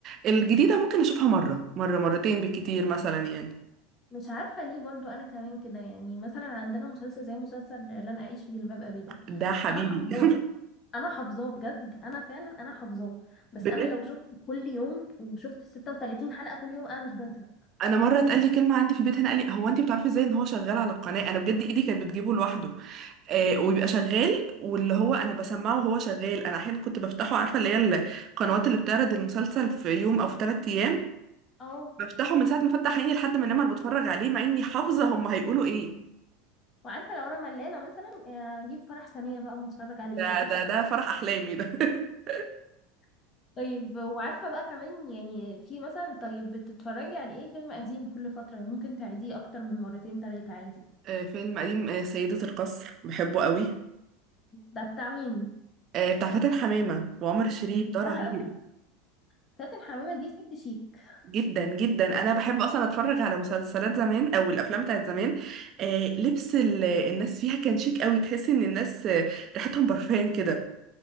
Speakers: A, on the right; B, on the left.
A: الجديده ممكن اشوفها مره مره مرتين بالكتير مثلا يعني
B: مش عارفة ليه برضو أنا كمان كده يعني مثلا عندنا مسلسل زي مسلسل لن أعيش في جلباب أبي ده
A: ده حبيبي
B: أنا حافظاه
A: <laughs>
B: أنا حافظاه بجد أنا فعلا أنا حافظاه بس
A: بجد
B: أنا لو شفت كل يوم وشفت 36 حلقة كل يوم أنا مش بزهق
A: انا مره اتقال لي كلمه عندي في البيت هنا قال لي هو انت بتعرفي ازاي ان هو شغال على القناه انا بجد ايدي كانت بتجيبه لوحده آه، ويبقى شغال واللي هو انا بسمعه وهو شغال انا احيانا كنت بفتحه عارفه اللي هي القنوات اللي بتعرض المسلسل في يوم او في ثلاث ايام
B: اه
A: بفتحه من ساعه ما فتح عيني لحد ما انام انا بتفرج عليه مع اني حافظه هم هيقولوا ايه
B: وعارفة لو أنا ملانة مثلا آه، أجيب فرح ثانية بقى متفرج عليه
A: ده
B: كده
A: ده ده فرح احلامي ده <laughs>
B: <laughs> طيب وعارفة بقى كمان يعني في مثلا طيب بتتفرجي على إيه فيلم قديم كل فترة ممكن تعيديه أكتر من مرتين تلاتة عادي
A: آه، فيلم قديم آه، سيدة القصر بحبه قوي
B: ده بتاع مين؟
A: آه، بتاع فاتن حمامة وعمر الشريف
B: بحبها
A: ده رهيب
B: قوي فاتن حمامة دي ست شيك
A: جدا جدا انا بحب اصلا اتفرج على مسلسلات زمان او الافلام بتاعت زمان آه لبس ال- الناس فيها كان شيك قوي تحس ان الناس آه، ريحتهم برفان كده